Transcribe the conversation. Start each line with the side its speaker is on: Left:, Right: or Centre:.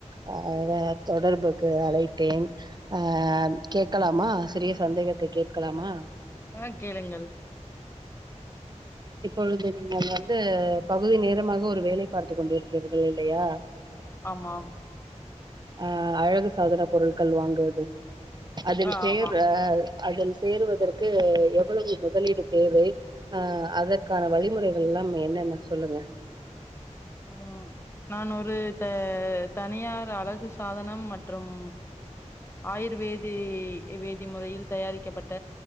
Right: ஆ வ தொடர்புக்கு அழைத்தேன் ஆ கேட்கலாமா சிறிய சந்தேகத்தை கேட்கலாமா
Left: ஆ கேளுங்கள்
Right: இப்பொழுது நீங்கள் அது வந்து பகுதி நேரமாக ஒரு வேலை பார்த்து கொண்டிருக்கிறீர்கள் இல்லையா
Left: ஆமாம்
Right: ஆ அழகு சாதன பொருள்கள் வாங்குவது அதில்
Left: ஆ
Right: சேர்
Left: ஆமா
Right: ஆ அதில் சேருவதற்கு எவ்வுளவு முதலீடு தேவை ஆ அதற்கான வழிமுறைகள்லாம் என்னென்ன சொல்லுங்க
Left: ம் நான் ஒரு த தனியார் அழகு சாதனம் மற்றும் ஆயுர்வேதி வேதி முறையில் தயாரிக்கப்பட்ட